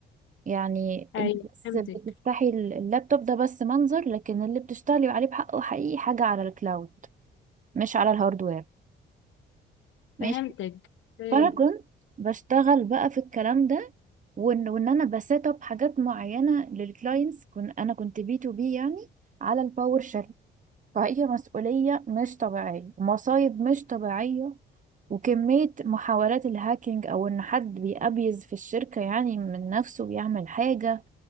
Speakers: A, on the right (about 40°); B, on the left (about 75°).
A: يعني
B: ايوه
A: انت بس
B: فهمتك
A: بتفتحي اللابتوب ده بس منظر لكن اللي بتشتغلي عليه بحقه حقيقي حاجة على الكلاود مش على الهاردوير ماشي
B: فهمتك اوكي
A: فانا كنت بشتغل بقى في الكلام ده وان وان انا بسيت اب حاجات معينه للكلاينتس كن انا كنت بي تو بي يعني على الباور شيل فهي مسؤوليه مش طبيعيه ومصايب مش طبيعيه وكميه محاولات الهاكينج او ان حد بيأبيز في الشركه يعني من نفسه بيعمل حاجه